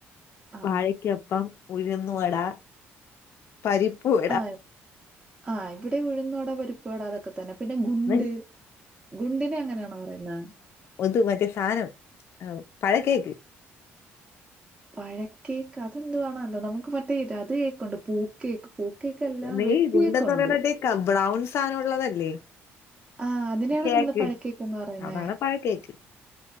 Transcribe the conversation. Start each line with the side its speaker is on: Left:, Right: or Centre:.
Right: ആ
Left: വാഴക്കപ്പം ഉഴുന്ന് വടാ പരിപ്പൂർ
Right: ആ ആ ഇവിടെ ഉഴുന്നുവട പരിപ്പുവട അതൊക്കെ തന്നെ പിന്നെ ഗുണ്ട്
Left: ഉം,
Right: ഗുണ്ടിനെ അങ്ങനെയാണോ പറയുന്ന.
Left: ഒതു മറ്റേ സാനം ആ പഴ കേക്ക്
Right: പഴക്കേക്ക് അതെന്തുവാണോ എന്തോ നമുക്ക് മറ്റേ അത് കേക്കുണ്ട് പൂ കേക്ക് പൂ കേക്കല്ല
Left: നീ
Right: വെട്ടികെക്കുണ്ട്.
Left: ഗുണ്ടെന്ന് പറയണ ബ്രൗൺ സാധനം ഉള്ളതല്ലേ?
Right: ആഹ് അതിനാണ്
Left: കേക്ക്
Right: നിങ്ങള് പഴക്കേക്ക്ന്ന് പറയുന്നേ
Left: അതാണ് പഴക്കേക്ക്